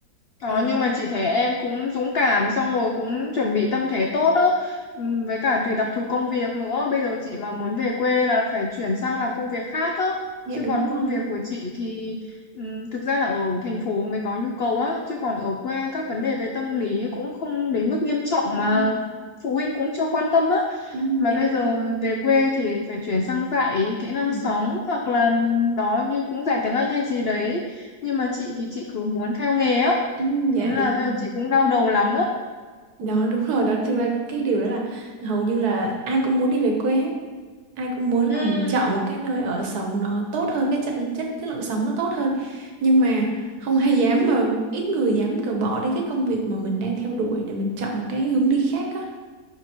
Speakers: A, on the left (about 80°); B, on the right (about 65°).
A: Đó,
B: đó
A: nhưng mà chị thấy em cũng dũng cảm xong rồi cũng chuẩn bị tâm thế tốt đó ừ, với cả tùy đặc thù công việc nữa bây giờ chị mà muốn về quê là phải chuyển sang làm công việc khác đó
B: dạ
A: chứ
B: đúng
A: còn công
B: rồi
A: việc của chị thì ừ, thực ra là ở thành phố mới có nhu cầu á chứ còn ở quê các vấn đề về tâm lý cũng không đến mức nghiêm trọng mà
B: ừ,
A: phụ huynh cũng chưa quan tâm á
B: ừ,
A: mà
B: dạ
A: bây
B: đúng
A: giờ
B: rồi
A: về quê thì phải chuyển sang dạy kỹ năng
B: ừ,
A: sống hoặc là đó như cũng dạy tiếng Anh hay gì đấy. Nhưng mà chị thì chị cứ muốn theo nghề á.
B: ừ,
A: Thế
B: dạ
A: nên
B: đúng
A: là bây
B: rồi
A: giờ chị cũng đau đầu lắm á.
B: đó đúng rồi đó thực ra cái điều đó là hầu như là ai cũng muốn đi về quê hết ai cũng muốn
A: Ừ,
B: là mình chọn một cái nơi ở sống nó tốt hơn cái chất chất chất lượng sống nó tốt hơn nhưng mà không ai <laughs> dám mà ít người dám cờ bỏ đi cái công việc mà mình đang theo đuổi để mình chọn một cái hướng đi khác á